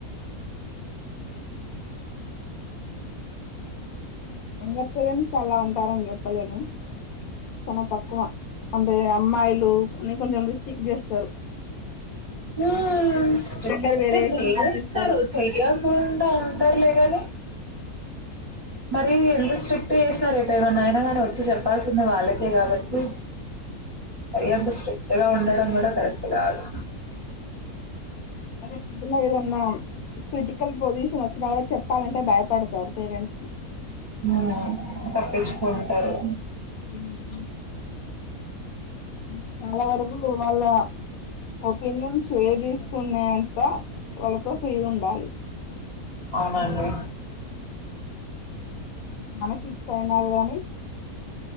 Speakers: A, on the left; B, on the right.
A: అందరి పేరెంట్స్ అలా ఉంటారు అని చెప్పలేము చాలా తక్కువ అంటే అమ్మాయిలు న కొంచెం థింక్ చేస్తరు
B: <inaudible> స్ట్రిక్ట్
A: జెండర్ వేరియేషన్స్
B: చేస్తరు
A: చూపిస్తారు
B: చేయకుండా ఉండరు లేగనే మరి ఎంత స్ట్రిక్ట్ చేసిన రేపు ఏమన్నా అయినా కానీ వచ్చి చెప్పాల్సిందే వాళ్ళకే కాబట్టి మరి అంత స్ట్రిక్ట్గా ఉండడం కూడా కరెక్ట్ కాదు
A: రేపు పొద్దున్న ఏదన్నా క్రిటికల్ పొజిషన్ వచ్చినా కూడా చెప్పాలంటే భయపడతారు పేరెంట్స్ కి
B: హ్మ్ తప్పించుకుంటారు
A: <inaudible> <inaudible> చాలా వరకు వాళ్ళ ఒపీనియన్ షేర్ చేసుకునే అంత వాళ్ళతో ఫ్రీ ఉండాలి
B: అవునండి
A: మనకి ఇ పైన ని